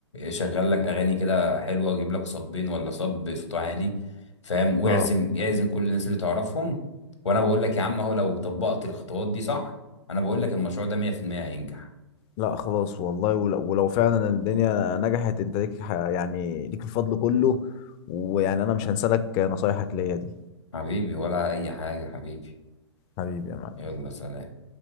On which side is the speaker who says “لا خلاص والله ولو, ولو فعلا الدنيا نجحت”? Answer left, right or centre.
Left